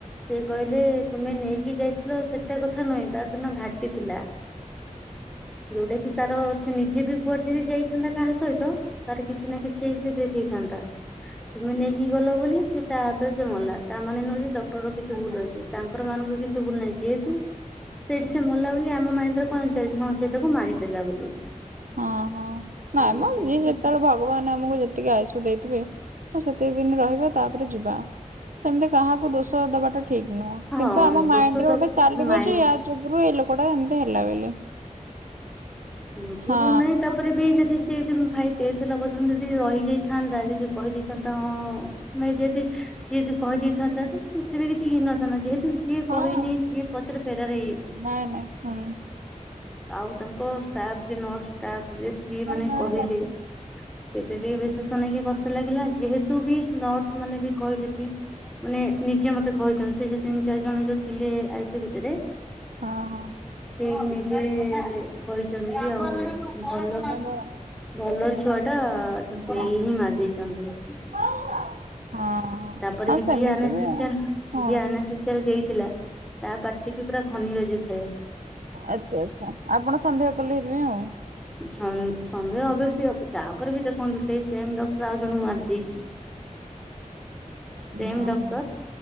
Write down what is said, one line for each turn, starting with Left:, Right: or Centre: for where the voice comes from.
Centre: ସେ କହିଲେ ତୁମେ ନେଇକି ଯାଇଥିଲ ସେଟା କଥା ନୁହେଁ ତା ସିନା ଘାଟି ଥିଲା ଯୋଉଟା କି ତାର ସେ ନିଜେ ବି କୁଆଡେ ଯଦି ଯାଇଥାନ୍ତା କାହା ସହିତ ତାର କିଛି ନା କିଛି ସେ ଦେଇ ଦେଇଥାନ୍ତା ତୁମେ ନେଇକି ଗଲ ବୋଲି ସେ ତା ହାତରେ ସେ ମଲା ତା ମାନେ ନୁହେଁ ଡକ୍ଟର କିଛି ଭୁଲ ଅଛି। ତାଙ୍କର ମାନଙ୍କର କିଛି ଭୁଲ ନାହିଁ ଯେହେତୁ ସେଇଠି ସେ ମଲା ବୋଲି ଆମ ମାଇଣ୍ଡରେ କଣ ଚାଲିଛି କଣ ସେ ତାକୁ ମାରିଦେଲା ବୋଲି
Right: ହଁ ହଁ ନାଇଁ
Centre: ହୁଁ
Right: ମ
Centre: ସେଇଥିପାଇଁ
Right: ଯିଏ ଯେତେବେଳେ ଭଗବାନ ଆମକୁ ଯେତିକି ଆ ଦେଇଥିବେ ସେତିକି ଦିନ ରହିବା ତାପରେ ଯିବା ସେମିତି କାହାକୁ ଦୋଷ ଦବାଟା ଠିକ ନୁହଁ
Centre: ହଁ
Right: କିନ୍ତୁ ଆମ
Centre: ଦୋଷ
Right: ମାଇଣ୍ଡ ରେ
Centre: ତ
Right: ଗୋଟେ ଚାଲିବ
Centre: ମାଇଣ୍ଡ
Right: ଯେ ୟା ଯୁଗୁରୁ ଏଇ ଲୋକଟା ଏମିତି ହେଲା ବୋଲି
Centre: ଭପରୁ
Right: ହଁ।
Centre: ନାଇଁ ତା ତାପରେ ବି ଯଦି ସିଏ ଯ ଭାଇ ଡେଥ ଏଥିଲା ପର୍ଯ୍ୟନ୍ତ ଯଦି ରହିଯାଇଥାନ୍ତା ଯଦି କହିଦେଇଥାନ୍ତା ହଁ ଭାଇ ଯେହତି ସିଏ ଯଦି କହିଦେଇଥାନ୍ତା ଏତେ ବି କିଛି ଇନଥାନ୍ତା ଯେହେତୁ କି ସିଏ
Right: ହଁ।
Centre: କହିନି ସିଏ ପଛରେ ଫେରାରେ ହେଇଯାଇଛି
Right: ନାଇଁ ନାଇଁ ହୁଁ
Centre: ଆଉ ତାଙ୍କ ଷ୍ଟାଫ ଯେ ନର୍ସ ଯ ସିଏ
Right: ଆରେ
Centre: ମାନେ
Right: ନାଇଁ
Centre: କହିଲେ
Right: ଡାକିନି
Centre: ସେ ଟାବି ବେଶୀ ଶୁଣିକି କଷ୍ଟ ଲାଗିଲା ଯେହେତୁ ବି ନର୍ସ ମାନେ ବି କହିଲେ କି ମାନେ ନିଜେ ମତେ କହିଛନ୍ତି ସେ ଯୋଉ ତିନି ଚାରି ଜଣ ଯୋଉ ଥିଲେ ଆୟୁଷ ଭିତରେ
Right: ହଁ ହଁ
Centre: ସେ ନିଜେ କହିଛନ୍ତି ଯେ ଆଉ ଭଲ
Right: ପନ୍ଦର।
Centre: ଭଲ ଛୁଆ ଟା
Right: ହୁଁ,
Centre: ତାକୁ ଏଇ ହିଁ ମାରି ଦେଇଛନ୍ତି।
Right: ହଁ।
Centre: ତାପରେ
Right: ହଁ
Centre: ବି
Right: ସେମିତି
Centre: ଯିଏ ଆନସ୍ଥେସିଆ
Right: ବି ଆଉ ହଁ
Centre: ଯିଏ ଆନାସ୍ଥେସିଆ ଦେଇଥିଲା ତା ପାଟି ବି ପୁରା ଖନିି ବାଜୁ ଥାଏ।
Right: ଆଚ୍ଛା ଆଚ୍ଛା ଆପଣ ସନ୍ଦେହ କଲେ ସେଇଥିପାଇଁ ଆଉ?
Centre: ସନ୍ଦେହ ଅବିଓସ୍ଲି ହବ ତାପରେ ବି ଦେଖନ୍ତୁ ସେଇ ସେମ ଡକ୍ଟର ଆଉ ଜଣଙ୍କୁ ମାରିଦେଇଛି। ସେମ୍
Right: ହଁ
Centre: ଡକ୍ଟର
Right: ହଁ।